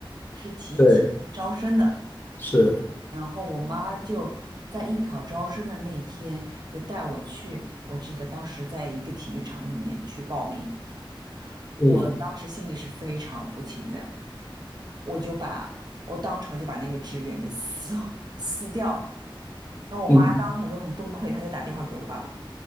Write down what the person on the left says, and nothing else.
对，是，
嗯
嗯